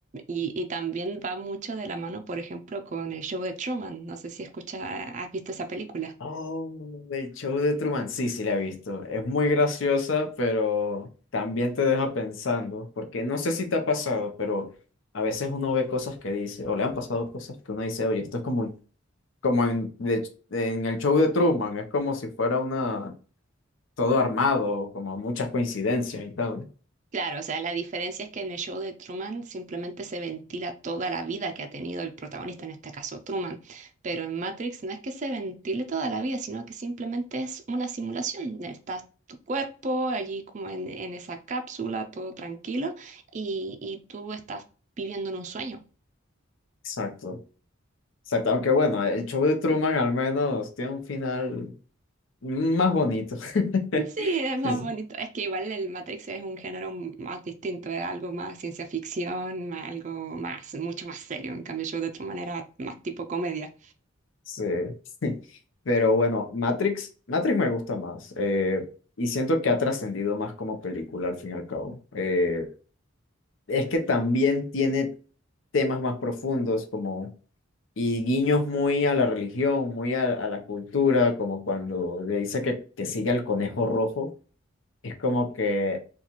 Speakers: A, on the right; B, on the left.
A: y, y también va mucho de la mano, por ejemplo, con el show de Truman. No sé si escuchas, has visto esa película.
B: Oh, el show de Truman, sí, sí la he visto. Es muy graciosa, pero también te deja pensando, porque no sé si te ha pasado, pero a veces uno ve cosas que dice, o le han pasado cosas que uno dice, oye, esto es como, como en, de- en el show de Truman, es como si fuera una, todo armado, como muchas coincidencias y tal.
A: Claro, o sea, la diferencia es que en el show de Truman simplemente se ventila toda la vida que ha tenido el protagonista, en este caso Truman, pero en Matrix no es que se ventile toda la vida, sino que simplemente es una simulación. Está tu cuerpo allí como en, en esa cápsula, todo tranquilo, y, y tú estás viviendo en un sueño.
B: Exacto. Exacto, aunque bueno, el show de Truman al menos tiene un final más bonito. <laughs>
A: <laughs> Sí, es más
B: Sí, sí.
A: bonito. Es que igual el Matrix es un género m- más distinto, es algo más ciencia ficción, más algo más, mucho más serio. En cambio, el show de Truman era más tipo comedia.
B: Sí. <laughs> Pero bueno, Matrix, Matrix me gusta más. eh, y siento que ha trascendido más como película al fin y al cabo. Eh, es que también tiene temas más profundos como y guiños muy a la religión, muy a, a la cultura, como cuando le dice que, que sigue al conejo rojo. Es como que